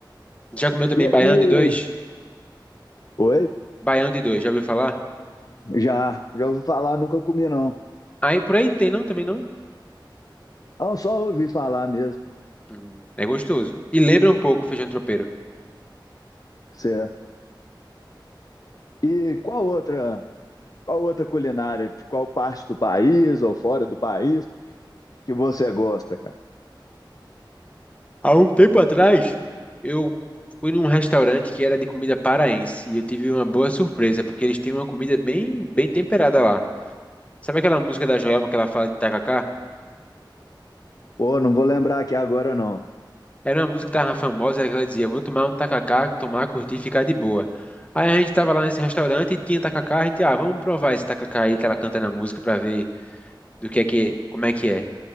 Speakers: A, on the left; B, on the left.
A: Já comeu também
B: E,
A: baião
B: e...
A: de dois?
B: Oi?
A: Baião de dois, já ouviu falar?
B: Já, já ouvi falar, nunca comi, não.
A: Aí por aí não tem não, também não?
B: Ah, só ouvi falar mesmo,
A: Hum, é gostoso. E lembra um pouco o feijão tropeiro.
B: certo. E qual outra, qual outra culinária, de qual parte do país ou fora do país que você gosta, cara?
A: Há um tempo atrás, eu fui num restaurante que era de comida paraense e eu tive uma boa surpresa, porque eles têm uma comida bem, bem temperada lá. Sabe aquela música da Joelma que ela fala de tacacá?
B: Pô, não vou lembrar aqui agora não,
A: Era uma música que tava famosa, que ela dizia, vou tomar um tacacá, tomar, curtir, ficar de boa. Aí a gente tava lá nesse restaurante e tinha tacacá, a gente, ah, vamos provar esse tacacá aí que ela canta na música pra ver do que é que, como é que é.